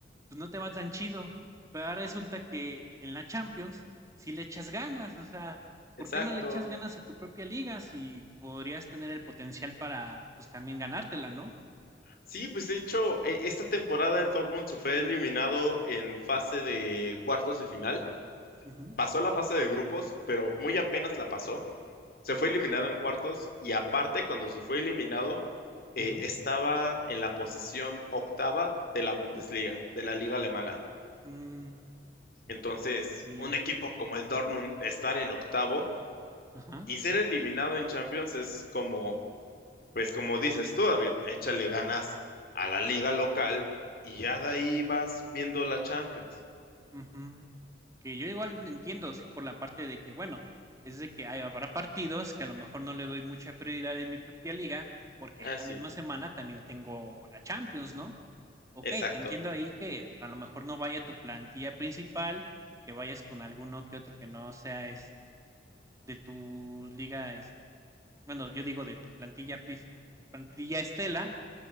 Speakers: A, on the right (about 15°); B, on the left (about 50°).
A: pues no te va tan chido, pero ahora resulta que en la Champions sí le echas ganas, o sea, ¿por
B: exacto.
A: qué no le echas ganas a tu propia liga si podrías tener el potencial para, pues también ganártela, ¿no?
B: Sí, pues de hecho, e- esta temporada el Dortmund se fue eliminado en fase de cuartos de final.
A: Ujú,
B: Pasó la fase de grupos, pero muy apenas la pasó. Se
A: u-
B: fue eliminado en cuartos y aparte, cuando se fue eliminado, eh,
A: ujú.
B: estaba en la posición octava de la Bundesliga, de la liga alemana.
A: Mm,
B: Entonces,
A: Mira,
B: un equipo como el Dortmund estar en octavo
A: ajá,
B: y ser eliminado en Champions es como Pues como dices tú, David, échale ganas a la liga local y ya de ahí vas viendo la Champions.
A: ujú. Que yo igual entiendo sí, por la parte de que, bueno, es de que hay- habrá partidos que a lo mejor no le doy mucha prioridad en mi propia liga, porque
B: Ah,
A: esa
B: sí,
A: misma semana también tengo la Champions, ¿no? Ok,
B: exacto.
A: te entiendo ahí que a lo mejor no vaya tu plantilla principal, que vayas con alguno que otro que no sea este de tu liga, este, bueno, yo digo de tu plantilla, pris- tu plantilla estela,